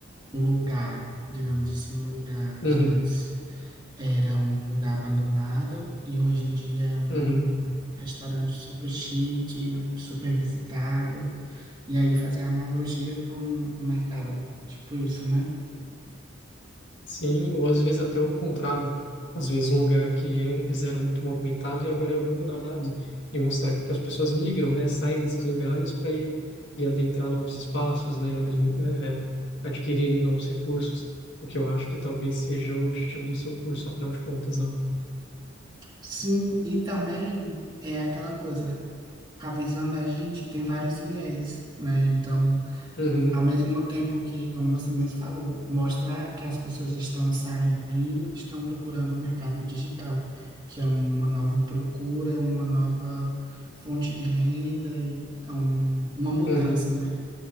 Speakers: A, on the right; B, on the left.
A: um lugar, digamos assim, um lugar
B: Uhum,
A: que antes Era um lugar abandonado e hoje em dia é um
B: uhum.
A: restaurante super chique, super visitado. E aí fazer analogia com o mercado, tipo isso, né?
B: Sim, ou às vezes até o contrário. Às vezes um lugar que antes era muito movimentado e agora é abandonado. E mostrar que as pessoas migram, né? Saem desses lugares para ir, ir adentrar novos espaços, né? adri- é, adquirirem novos recursos. O que eu acho que talvez seja o objetivo do seu curso, afinal de contas, não?
A: Sim, e também é aquela coisa, a visão da gente tem vários viés, né? Então,
B: Uhum,
A: ao mesmo tempo que, como você mesmo falou, mostrar que as pessoas estão saindo estão procurando o mercado digital, que é uma nova procura, uma nova fonte de renda e é um, uma mudança,
B: uhum,
A: né?